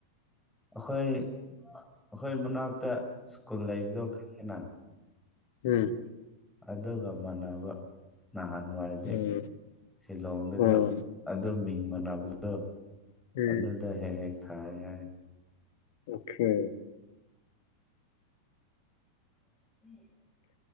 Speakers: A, in the centre; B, on the left (about 50°).
A: ꯑꯈꯣꯏ ꯑꯈꯣꯏ ꯃꯅꯥꯛꯇ ꯁ꯭ꯀꯨꯜ ꯂꯩꯕꯗꯣ ꯈꯪꯉꯦꯅ
B: ꯎꯝ
A: ꯑꯗꯨꯒ ꯃꯥꯟꯅꯕ ꯅꯍꯥꯟꯋꯥꯏꯗꯤ
B: ꯎꯝ
A: ꯁꯤꯂꯣꯡꯗꯁꯨ
B: ꯎꯝ ꯎꯝ
A: ꯑꯗꯨ ꯃꯤꯡ ꯃꯥꯟꯅꯕꯗꯣ
B: ꯎꯝ
A: ꯑꯗꯨꯗ ꯍꯦꯛ ꯍꯦꯛ ꯊꯥꯏ ꯍꯥꯏ
B: ꯑꯣ ꯀꯦ
A: <unintelligible>